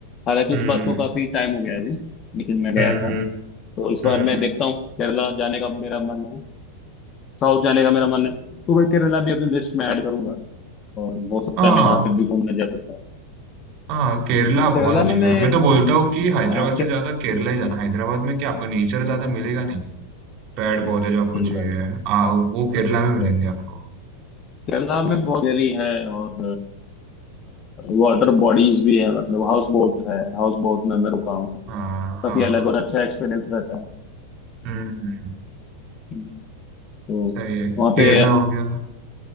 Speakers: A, on the left; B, on the right.
A: हालांकि
B: हम्म
A: उस बात को काफी टाइम हो गया है अभी लेकिन मैं गया
B: हम्म
A: था
B: हम्म
A: तो इस बार
B: हम्म
A: मैं देखता हूँ केरला जाने का मेरा मन है साउथ जाने का मेरा मन है तो मैं केरला भी अपनी लिस्ट में ऐड करूंगा और हो सकता
B: हाँ
A: है मैं वहां पे भी घूमने जा सकता हूँ
B: हाँ केरला बहुत
A: केरला
B: अच्छी
A: में मैं
B: जगह है। मैं तो बोलता हूँ कि हैदराबाद
A: हाँ,
B: से
A: के,
B: ज्यादा केरला ही जाना हैदराबाद में क्या आपको नेचर ज्यादा मिलेगा नहीं पेड़ पौधे जो आपको चाहिए
A: राइट
B: आ, वो केरला में मिलेंगे
A: राइट
B: आपको
A: केरला में बहुत देरी है और वाटर बॉडीज भी है मतलब हाउस बोट है हाउस बोट में मैं रुका हूँ
B: हाँ
A: काफी
B: हाँ
A: अलग और अच्छा एक्सपीरियंस रहता है
B: हम्म हम्म,
A: हम्म। तो
B: सही है केरला
A: वहाँ पे
B: हो गया